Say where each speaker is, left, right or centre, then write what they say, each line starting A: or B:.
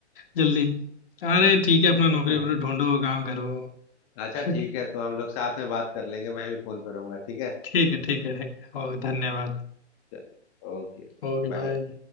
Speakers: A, on the left; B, on the left.
A: जल्दी अरे ठीक है अपना नौकरी
B: जाए
A: वोकरी
B: <laughs>
A: ढूंढो काम करो
B: अच्छा ठीक
A: <laughs>
B: है तो हम लोग साथ में बात कर लेंगे मैं भी फोन पे रहूंगा ठीक है
A: ठीक है ठीक है ठीक है ओ धन्यवाद
B: चल ओके
A: Okay
B: बाय
A: bye